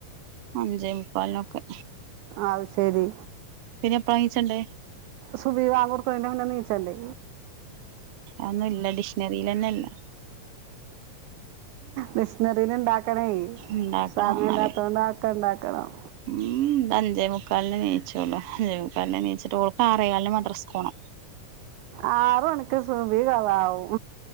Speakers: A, on the right (about 65°); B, on the right (about 85°).
A: അഞ്ചേമുക്കാൽനൊക്കെ.
B: അത് ശെരി.
A: പിന്നെ എപ്പ്ളാണിച്ചെണ്ടേ?
B: സുഭി ബാങ്കോർക്കണേനെമുന്നെ നീച്ചണ്ടേ?
A: ആന്നുല്ല ഡിഷ്ണറിലെന്നില്ല.
B: ഡിഷ്‌നറിലിണ്ടാക്കണേ
A: ഉണ്ടാക്കണം
B: സമയില്ലാത്തോണ്ട
A: എന്നാലേ
B: ക്കണ്ടാക്കണം.
A: ഉം അഞ്ചേ മുക്കാലിനെണിച്ചോള്ളു അഞ്ചേ മുക്കാലിനെണിച്ചിട്ട് ഓൾക്കാറേകാലിന് മദ്രാസ്ക് പോണം.
B: ആറ് മണി ക്ക്‌ സുബിതോധാനാവും.